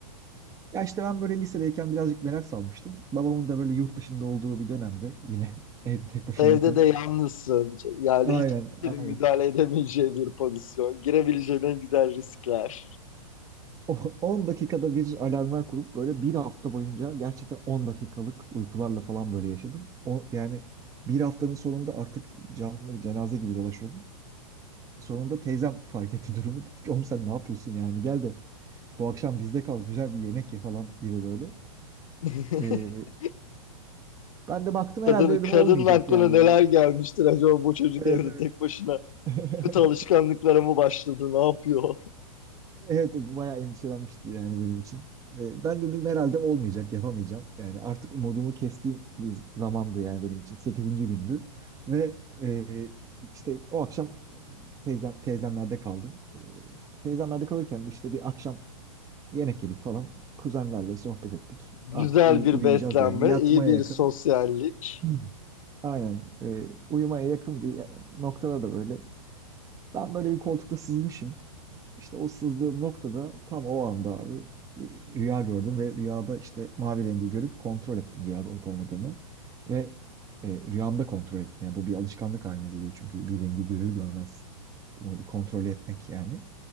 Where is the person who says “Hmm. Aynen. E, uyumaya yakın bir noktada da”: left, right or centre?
Right